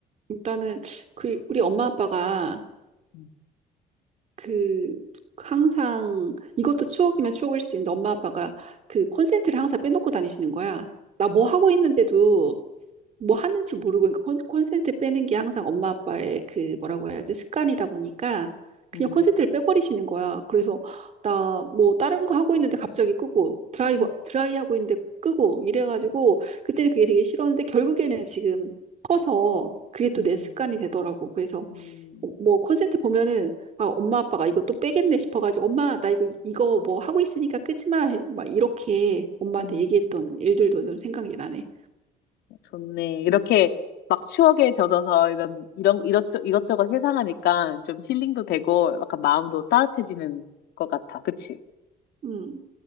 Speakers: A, on the right; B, on the left.
A: 일단은, 그, 우리 엄마 아빠가
B: 음,
A: 그 항상 이것도 추억이면 추억일 수 있는데 엄마 아빠가 그 콘센트를 항상 빼놓고 다니시는 거야. 나 뭐 하고 있는데도 뭐 하는 줄 모르고 그러니까 콘, 콘센트 빼는 게 항상 엄마 아빠의 그 뭐라고 해야지 습관이다 보니까 그냥
B: 음,
A: 콘센트를 빼버리시는 거야. 그래서 나 뭐 다른 거 하고 있는데 갑자기 끄고 드라이
B: 음,
A: 드라이 하고 있는데 끄고 이래가지고 그때는 그게 되게 싫었는데 결국에는 지금 커서 그게 또
B: 음,
A: 내 습관이
B: 음,
A: 되더라고. 그래서
B: 음,
A: 뭐 콘센트 보면은 아 엄마 아빠가 이거 또 빼겠네 싶어가지고 엄마 나 이거 이거 뭐 하고 있으니까 끄지마 막 이렇게 엄마한테
B: 음.
A: 얘기했던 일들도 좀 생각이 나네.
B: 좋네. 이렇게 막 추억에 젖어서 이런, 이런, 이것저, 이것저것 회상하니까 좀 힐링도 되고 약간 마음도 따뜻해지는 것 같아. 그치?
A: 음